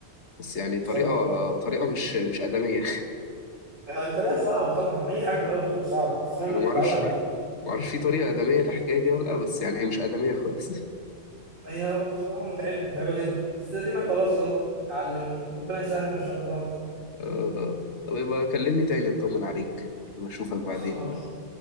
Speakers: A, on the left (about 85°); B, on the right (about 50°).
A: بس يعني
B: خصوصا
A: طريقه
B: بقى
A: طريقه مش مش ادميه
B: يعني طريقه صعبه طبعا اي حاجه في الاول بتبقى صعبه بس
A: <laughs>
B: المهم
A: انا
B: انت
A: ما
B: تتعود
A: اعرفش
B: عليها
A: معرفش في طريقة آدمية للحكاية دي ولا لأ بس يعني هي مش آدمية خالص <laughs>
B: هي بصراحه متعبه متعبه جدا بس ادينا
A: آه.
B: خلاص اهو نتعلم ربنا يسهل ان شاء الله
A: آه. طب يبقى كلمني تاني اطمن عليك يبقى أشوفك بعدين
B: خلاص
A: بقى